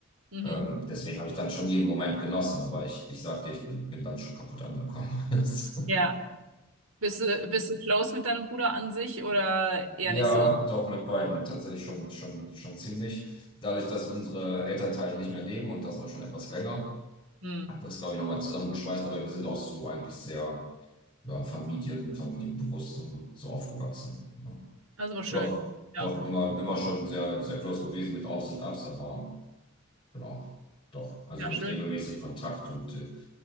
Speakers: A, on the right (about 85°); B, on the left (about 25°).
A: Mhm.
B: Ähm, deswegen habe ich dann schon jeden Moment genossen, aber ich, ich sag dir, ich bin, bin dann schon kaputt angekommen. <laughs>
A: Ja. Bist du, bist du close mit deinem Bruder an sich oder eher
B: Ja,
A: nicht so?
B: doch mit beiden tatsächlich schon, schon, schon ziemlich. Dadurch, dass unsere Elternteile nicht mehr leben und das auch schon etwas länger,
A: Hm.
B: hat das, glaube ich, nochmal zusammengeschweißt, aber wir sind auch so eigentlich sehr. ja, Familien, familienbewusst so, so aufgewachsen. Ja.
A: Also war schön.
B: Doch,
A: Ja.
B: doch, immer, immer schon sehr, sehr close gewesen mit Aufs und Abs, aber genau, doch. Also
A: Ja,
B: mit
A: schön.
B: regelmäßig Kontakt und äh,